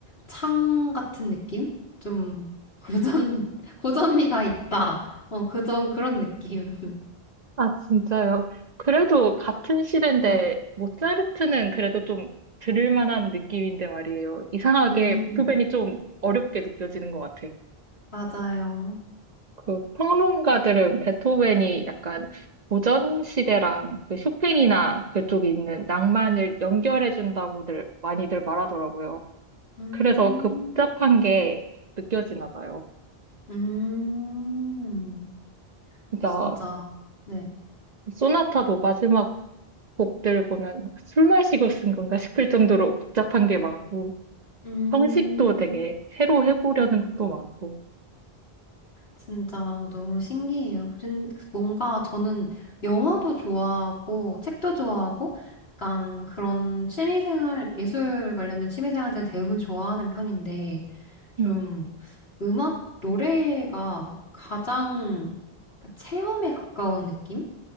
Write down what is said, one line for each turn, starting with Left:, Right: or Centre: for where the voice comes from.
Left: 창 같은 느낌? 좀 고전, <laughs> 고전미가 있다. 어, 그 좀 그런 느낌.
Right: 아, 진짜요? 그래도 같은 시대인데
Left: 네.
Right: 모차르트는 그래도 좀 들을 만한 느낌인데 말이에요. 이상하게
Left: 음,
Right: 베토벤이 좀 어렵게 느껴지는 것 같아요.
Left: 맞아요.
Right: 그 평론가들은 베토벤이 약간 고전 시대랑 그 쇼팽이나 그쪽에 있는 낭만을 연결해 준다고들 많이들 말하더라고요.
Left: 음,
Right: 그래서 그 복잡한 게 느껴지나 봐요.
Left: 음,
Right: 진짜
Left: 진짜. 네.
Right: 소나타도 마지막 곡들 보면 술 마시고 쓴 건가 싶을 정도로 복잡한 게 많고
Left: 음.
Right: 형식도 되게 새로 해보려는 것도 많고.
Left: 진짜 너무 신기해요. 그런- 뭔가 저는 영화도 좋아하고 책도 좋아하고 약간 그런 취미생활, 예술 관련된 취미생활들은 대부분 좋아하는 편인데 좀
Right: 네,
Left: 음악, 노래가 가장 체험에 가까운 느낌?